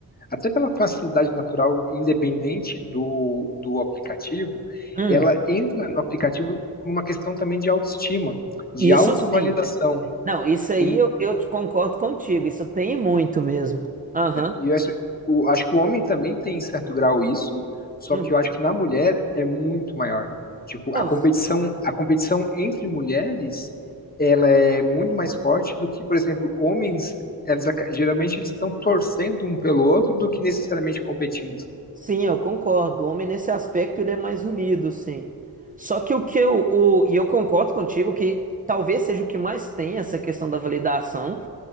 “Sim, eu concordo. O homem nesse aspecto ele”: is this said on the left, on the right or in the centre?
Right